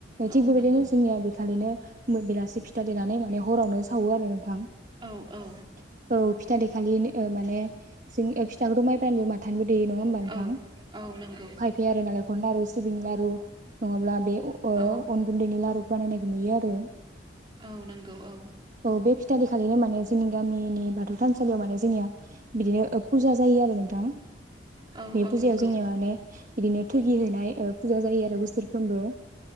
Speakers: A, on the right (about 40°); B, on the right (about 25°).
A: थिग
B: औ
A: बेबायदिनो
B: नंगौ
A: जोंनिया बेखालिनो बेलासि फिथा देनानै माने हरावनो सावो आरो नोंथां <unintelligible>
B: औ औ
A: औ फिथा देखालि ओ माने जों ए फिथाखौथ' माइफ्रानोबो माथानिबो देयो नोङा होमबा नोंथां?
B: औ औ नोंगौ
A: <unintelligible> लारु सिबिंनि लारु नङाब्ला बे ओ
B: औ
A: अन गुन्दैनि लारु बानायनायखौ नुयो आरो
B: औ नोंगौ औ।
A: औ बे फिथा देखालिनो माने जोंनि गामिनि बाथौ थानसालियाव माने जोंनिया बिदिनो फुजा जायो आरो नोंथां।
B: औ
A: बे
B: औ
A: फुजायाव
B: नंगौ
A: जोंङो माने बिदिनो थोगि होनाय फुजा जायो आरो बोसोरफ्रोमबो।